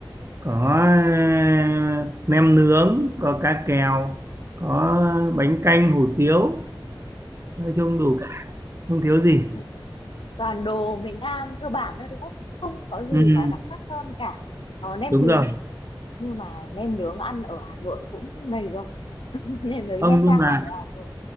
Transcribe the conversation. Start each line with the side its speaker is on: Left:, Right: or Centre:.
Right: có à, nem nướng có cá kèo có bánh canh hủ tiếu nói chung đủ cả không thiếu gì
Left: ừ. toàn đồ miền Nam cơ bản thôi đúng không? Không có gì
Right: ừ,
Left: mà đặc sắc hơn cả. Có nem
Right: đúng
Left: nướng,
Right: rồi
Left: nhưng mà nem nướng ăn ở Hà Nội cũng đầy rồi. <laughs> Nem nướng
Right: không
Left: Nha Trang
Right: nhưng mà
Left: ăn ở Hà Nội.